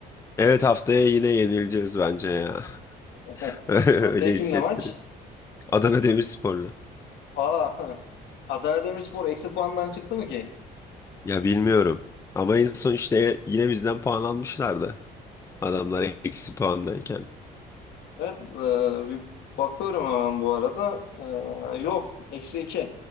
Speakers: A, on the left (about 15°); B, on the left (about 75°).
A: Evet haftaya yine yenileceğiz bence ya.
B: <laughs>
A: <laughs> Öyle
B: Haftaya kimle
A: hissettiriyor.
B: maç?
A: Adana Demirspor'la.
B: Aa, <laughs> Adana Demirspor eksi puandan çıktı mı ki?
A: Ya bilmiyorum. Ama en son işte yine bizden puan almışlardı. Adamlar eksi puandayken.
B: Evet, e, bir bakıyorum hemen bu arada. E, yok, eksi iki.